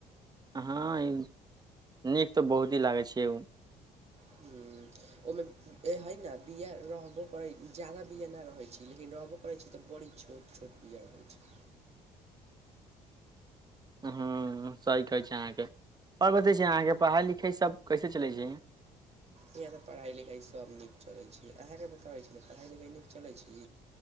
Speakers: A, on the right (about 25°); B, on the right (about 40°).
A: हँ ई नीक त बहुत ही लागै छै ओ।
B: ह ओहिमे है ने बिआ रहबो करै। जादा बिआ नहि रहै छी लेकिन रहबो करै छी तऽ बड़ी छोट छोट बिआ रहै छै।
A: ह सही कहै छै अहाँके। आओर बतै छी अहाँके पढ़ाइ लिखाइ सब कैसे चलै छै
B: इह त पढ़ाइ लिखाइ सब नीक चलै छै। अहाँके बताबै पढ़ाइ लिखाइ नीक चलै छी।